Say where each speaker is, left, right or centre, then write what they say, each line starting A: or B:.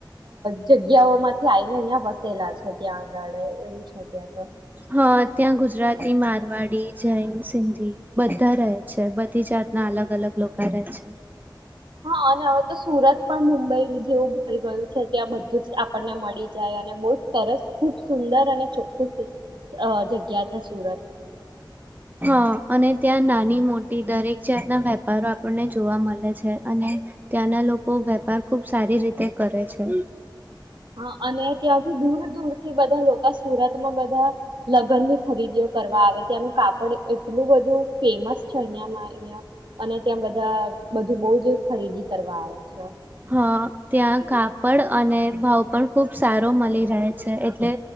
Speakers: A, on the right; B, on the right.
A: જગ્યાઓ માંથી આવીઈને અહિયાં વ. ેલા છે ત્યાં. આગળ એવું છે ત્યાં તો
B: હા ત્યાં ગુજરાતી મારવાડી. જૈન સિંધી બધા રહે છે બધી જાતના અલગ અલગ લોકો રહે છે.
A: હા અને હવે તો સુરત પણ મુંબઈ લીધી. જેવુંારી ગયો. છે ત્યાં બધું જ આપણને મળે. જાય અને બહ જ સરસ ખુબ સુંદર અને ચોખ્ખું. જગ્યા છે સુરત
B: હા અને ત્યાં ના. નાની મોટી દરેક જાતના વેપારો આપણને જોવા મળે છે અને ત્યાંના લોકો વેપાર ખુબ સારી રીતે કરે છે.
A: હા અને ત્યાંથી દૂર દૂર. ી વધણ લોો. આ સુરતમાં બધા. લગ્ન ની. ખરીદીઓ કરવા આવે ત્યાંનું કાપડ. એટલું બધું ફેમસ છે અહિયાં અહ અને ત્યાં બધા બધું બહ જ ખરીદી કરવા આવે છે.
B: હા ત્યાં કાપડ અને ભાવ પણ ખુબ સારો મળી રહે છે એટલે